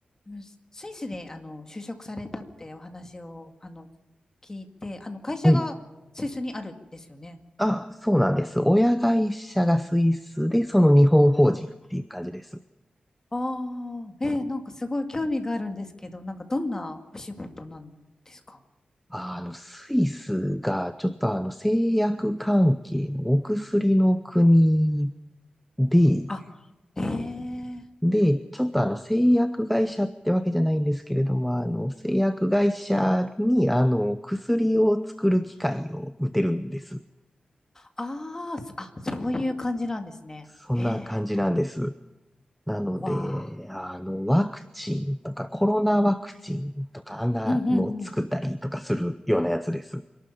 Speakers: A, on the left (about 20°); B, in the centre.
A: あのススイスであの就職されたってお話をあの聞いて、あの会社がスイスにあるんですよね。
B: はい。あ、そうなんです。親会社がスイスで、その日本法人っていう感じです。
A: ああ、えーなんかすごい興味があるんですけど、なんかどんなお仕事なんですか
B: あの、スイスが、ちょっとあの、製薬関係のお薬の国で、
A: あ、へえ。
B: で、ちょっとあの、製薬会社ってわけじゃないんですけれども、あの、製薬会社に、あの、薬を作る機械を打てるんです。
A: あーそあ、そういう感じなんですね。
B: そんな感じなんです。
A: へえ。
B: なので、
A: わあ。
B: あの、ワクチンとか、コロナワクチンとか、あんなのを作ったりとかするようなやつです。
A: うんうんうん。